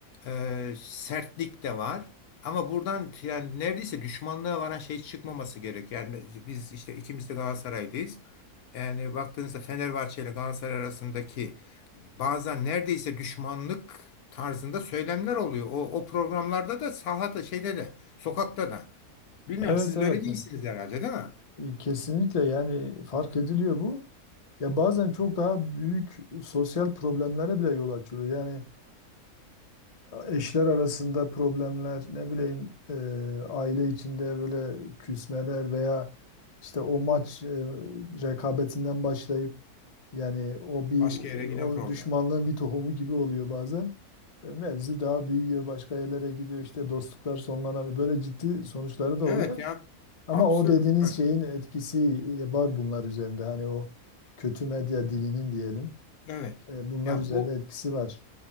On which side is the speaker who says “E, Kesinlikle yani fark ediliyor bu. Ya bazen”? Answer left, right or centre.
Left